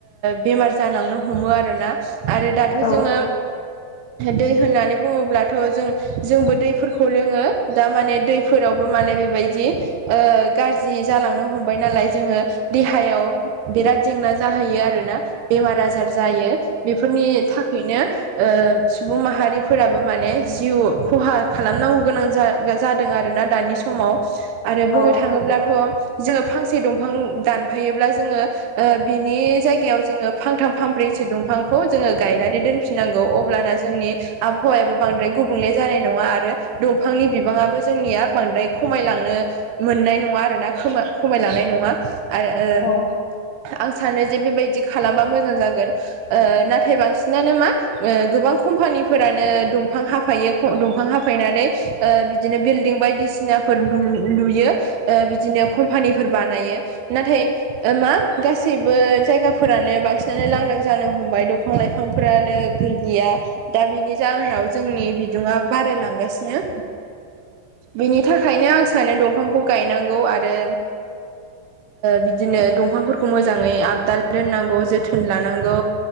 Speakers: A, on the right; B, on the left.
A: बेमार जालांनो हमो आरोना आरो दाथ'
B: औ
A: जोङो दै होननानै बुङोब्लाथ' जों जोंबो दैफोरखौ लोङो दा माने दै फोरावबो माने बेबायदि गाज्रि जालांनो हमबाय नालाय जोङो देहायाव बिराद जेंना जाहैयो आरोना बेमार आजार जायो बेफोरनि थाखायनो सुबुं माहारिफोराबो माने जिउ खहा खालामनांगौ गोनां जा जादों आरो ना दानि समाव। आरो बुंनो
B: औ
A: थाङोब्लाथ' जोङो फांसे दंफां दानफायोब्ला जोङो ओ बिनि जायगायाव जोङो फांथाम फानब्रैसो दंफांखौ जोङो गायनानै दोन फिनांगौ अब्लाना जोंनि आबहावायाबो बांद्राय गुबुंले जानाय नङा आरो दंफांनि बिबाङाबो जोंनिया बांद्राय खमायलांनो मोननाय नङा आरो ना खा खमायलांनाय नङा आरो
B: औ
A: आं सानो जे बेबायदि खालामबा मोजां जागोन नाथाय बांसिनानो मा गोबां कम्पानिफोरानो दंफां हाफायो दंफां हाफायनानै बिदिनो बिल्डिं बायदिसिनाफोर लुयो। बिदिनो कम्पानिफोर बानायो नाथाय मा गासैबो जायगाफोरानो बांसिनानो लांदां जानो हमबाय दंफां लाइफांफोरानो गैलिया। दा बिनि जाहोनाव जोंनि बिदुङा बारायलांगासिनो। बिनि थाखायनो आं सानो दंफांखौ गायनांगौ आरो बिदिनो दंफांफोरखौ मोजाङै आबदाल दोननांगौ जोथोन लानांगौ।